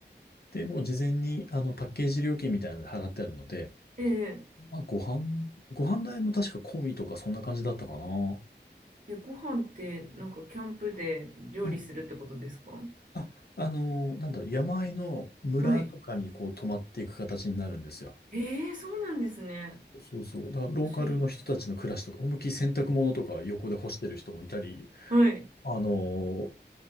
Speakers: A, on the left; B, on the right.
A: で、もう事前に、あの、パッケージ料金みたいなので払ってあるので、
B: ええ
A: まあ、ご飯、ご飯代も確か込みとかそんな感じだったかな。
B: え、ご飯ってなんかキャンプで料理するってことですかは
A: うん。あ、あのーなんだろう、山あいの村とかにこう泊まっていく形になるんですよ。
B: い。ええそうなんですね。
A: そうそう。だからローカルの人たちの暮らしとか、
B: 面白い。
A: 思いっきり洗濯物とか横で干してる人もいたり、
B: はい。
A: あのー